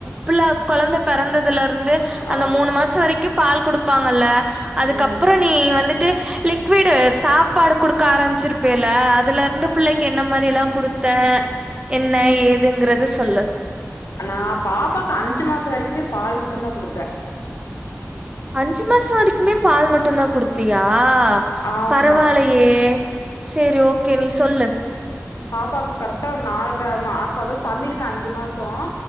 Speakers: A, on the right (about 20°); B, on the left (about 85°).
A: புள்ள கெழந்த பெறந்ததுல இருந்து அந்த
B: ஆ
A: மூணு மாச வரைக்கு க்கு பால் குடுப்பாங்கல்ல அதுக்கப்புறோ
B: ம்
A: நீ வந்து லிக்விடு சாப்பாடு குடுக்க ஆரம்பிச்சிருப்பேல அதுல இருந்து பிள்ளிக்கு என்ன மாரில்லா குடுத்த என்ன ஏதுங்குர்த் சொல்லு
B: நா பாப்பாக்கு அஞ்சு மாச வரைக்குமே பால் மட்டு தா குடுத்த
A: அஞ்சு மாச வரைக்குமே பால் மட்டுதா குடுத்தியா அ
B: ஆமா
A: பரவாலயே செரி ஓகே நீ சொல்லு
B: பாப்பாக்கு கரெக்டா ஒரு நாலரை மாச அதாவ்து தமிழுக்கு அஞ்சு மாசோ